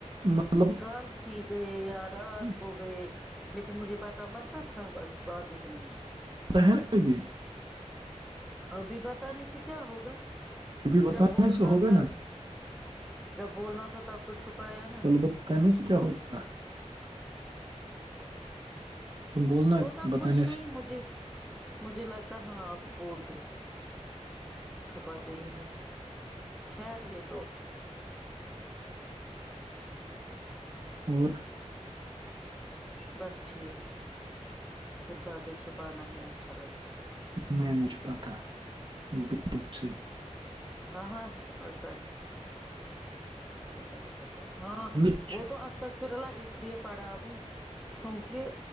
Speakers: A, on the right; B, in the centre.
A: مطلب <inaudible>
B: کل ہی گئے یا رات
A: پتا
B: کو گئے لیکن مجھے پتا مت تھا نا بس بات اتنی ہے
A: ہے نا بھی <unintelligible> <unintelligible>
B: ابھی بتانے سے کیا ہوگا
A: ابھی بتانے
B: جب بولنا
A: سے ہوگا
B: تھا
A: نا
B: جب بولنا تھا تب تو چھپایا نا
A: کل بتانے سے کیا ہوتا تم بولنا
B: وہتا
A: بتانے
B: کچھ نہیں
A: سے
B: مجھے مجھے لگتا ہاں آپ بولتے ہو چھپاتے نہیں ہو خیر یہ تو ہاں <unintelligible>
A: اور <unintelligible>
B: بس ٹھیک پھر باتیں چھپانا ہی اچھا لگتا ہے
A: میں نہیں چ پتہ بالک صحی
B: ہاں ہاں ہاں ہوتا ہے پتا ہے پتا ہاں
A: مجھ-
B: وہ تو اسجستک پھرلہ اس لیے پڑھا کیونکہ